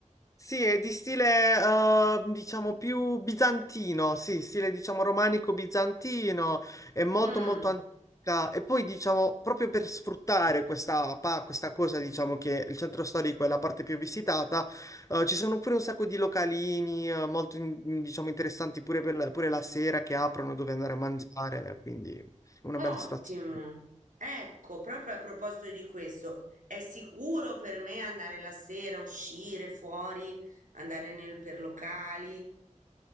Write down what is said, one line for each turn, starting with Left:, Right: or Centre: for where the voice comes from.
Left: Sì, è di stile, eh, diciamo, più bizantino, sì, stile, diciamo, romanico bizantino, è molto,
Right: Mm.
Left: molto antica. E poi, diciamo, proprio per sfruttare questa, pa- questa cosa, diciamo, che il centro storico è la parte più visitata, eh, ci sono pure un sacco di localini, eh, molto, in- in- diciamo, interessanti pure, per la- pure la sera che aprono dove andare a mangiare, quindi una
Right: Ottimo.
Left: bella situazione.
Right: Ecco, proprio a proposito di questo, è sicuro per me andare la sera, uscire fuori, andare nel- per locali?